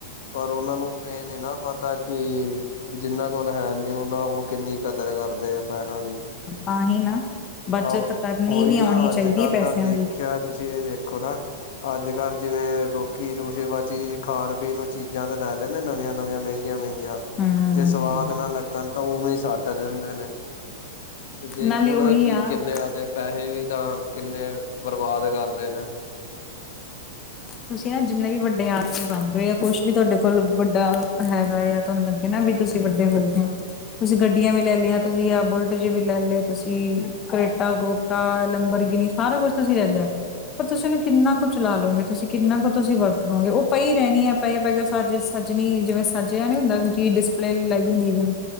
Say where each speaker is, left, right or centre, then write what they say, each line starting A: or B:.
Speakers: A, on the left; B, on the left.
A: ਪਰ ਓਨਾਂ ਨੂੰ ਏ ਨੀ ਨਾ ਪਤ ਪਤਾ ਕਿ ਜਿਨ੍ਹਾਂ ਕੋਲ ਹੈ ਨੀ ਉਹਨਾਂ ਉਹ ਕਿੰਨੀ ਕਦਰ ਕਰਦੇ ਆ ਪੈਹਿਆ ਦੀ।
B: ਤਾਂਹੀ ਨਾ। ਬੱਚਤ
A: ਆਹੋ
B: ਕਰਨੀ
A: ਉਹੀ
B: ਵੀ ਆਉਣੀ
A: ਨਾ
B: ਚਾਹੀਦੀ
A: ਅੱਜ- ਕੱਲ੍ਹ
B: ਹੈ ਪੈਸਿਆਂ
A: ਤਾਂ ਦੇਖਿਆ
B: ਦੀ
A: ਤੁਸੀਂ ਇਹ ਦੇਖ ਦੇਖੋ ਨਾ ਅੱਜ -ਕੱਲ੍ਹ ਜਿਵੇਂ ਲੋਕੀ ਸ਼ੋਸ਼ੇਬਾਜ਼ੀ ਚ ਖਾਣ- ਪੀਣ ਨੂੰ ਚੀਜ਼ਾਂ ਤੇ ਲੈ ਲੈਂਦੇ ਨਵੀਆਂ- ਨਵੀਆਂ, ਮਹਿੰਗੀਆਂ- ਮਹਿੰਗੀਆਂ
B: ਹਮ
A: ਜੇ ਸਵਾਦ ਨਾ ਲੱਗਣ ਤਾਂ ਉਵੇਂ ਸੱਟ ਦਿੰਦੇ ਨੇ, ਤੇ ਦੇਖੋ
B: ਨਾਲੇ ਉਹੀ
A: ਨਾ ਕੀ
B: ਆ
A: ਆਵਦੇ ਪੈਹੈ ਵੀ ਤਾਂ ਕਿੰਨੇ ਬਰਬਾਦ ਕਰਦੇ ਨੇ।
B: ਤੁਸੀਂ ਨਾ ਜਿੰਨੇ ਵੀ ਵੱਡੇ ਆਰਟਸ ਬਣ ਜੌ, ਜਾਂ ਕੁਛ ਵੀ ਤੁਹਾਡੇ ਕੋਲ ਵੱਡਾ ਹੈ ਤੁਹਾਨੂੰ ਲੱਗਿਆ ਨਾ ਵੀ ਤੁਸੀਂ ਵੱਡੇ ਹੋ ਗਏ ਓ, ਤੁਸੀਂ ਗੱਡੀਆਂ ਵੀ ਲੈ ਲਈਆਂ,
A: ਹਾਂਜੀ
B: ਤੁਸੀਂ ਐ ਬੁਲਟ ਵੀ ਲੈ ਲਿਆ, ਤੁਸੀਂ ਕਰੇਟਾ ਕਰੁਟਾ, ਲੈਬਰ ਗਿਨੀ, ਸਾਰਾ ਕੁਝ ਤੁਸੀਂ ਲੈ ਲਿਆ। ਪਰ ਤੁਸੀਂ ਏਨੂੰ ਕਿੰਨਾ ਕੁ ਚਲਾ ਲੋਂਗੇ? ਤੁਸੀਂ ਕਿੰਨਾ ਕੁ ਤੁਸੀਂ ਵਰਤ ਲੌਂਗੇ, ਉਹ ਪਈ ਰਹਿਣੀ ਆ ਪਏ- ਪਏ ਸੱਜ ਸੱਜਣੀ ਜਿਵੇਂ ਸੱਜਿਆ ਨੀ ਹੁੰਦਾ ਚੀਜ਼ ਡੀਸ ਪਲੇਅ ਲਾਈ ਹੁੰਦੀ ਜਿਵੇਂ,